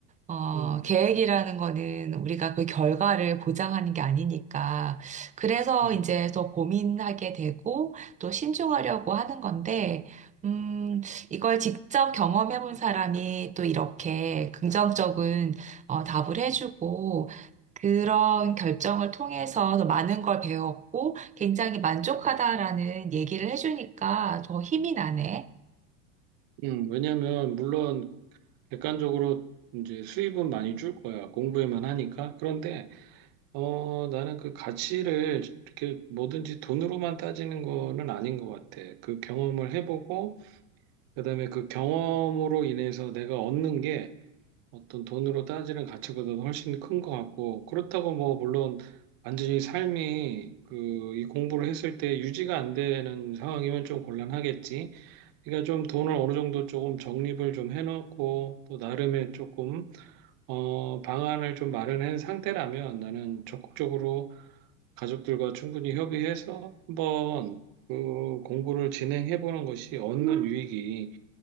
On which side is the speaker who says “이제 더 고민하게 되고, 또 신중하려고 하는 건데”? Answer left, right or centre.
Right